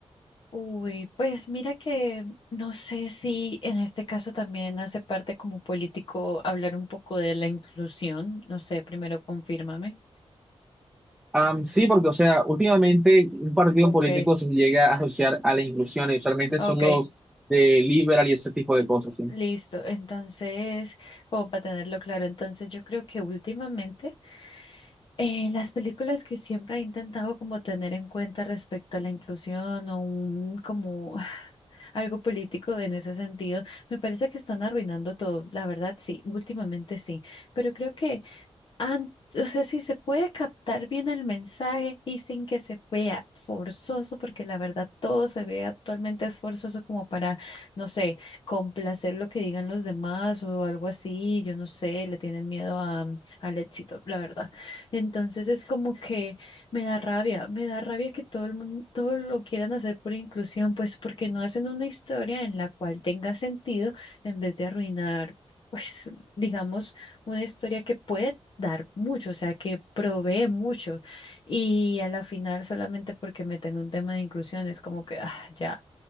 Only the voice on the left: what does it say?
uy, pues mira que no sé si en este caso también hace parte como político hablar un poco de la inclusión. No sé, primero confírmame.
Ok,
ok,
listo. Entonces, como para tenerlo claro, entonces yo creo que últimamente Eh, las películas que siempre he intentado como tener en cuenta respecto a la inclusión o un como <sighs> algo político en ese sentido, me parece que están arruinando todo. La verdad, sí, últimamente sí. Pero creo que an- o sea, si se puede captar bien el mensaje y sin que se vea forzoso, porque la verdad todo se ve actualmente es forzoso como para, no sé, complacer lo que digan los demás o algo así, yo no sé, le tienen miedo a, mm, al éxito, la verdad. Entonces es como que me da rabia, me da rabia que todo el mundo, todo lo quieran hacer por inclusión, pues porque no hacen una historia en la cual tenga sentido en vez de arruinar, pues, digamos, una historia que puede dar mucho, o sea, que provee mucho. Y a la final, solamente porque meten un tema de inclusión, es como que, ah, ya,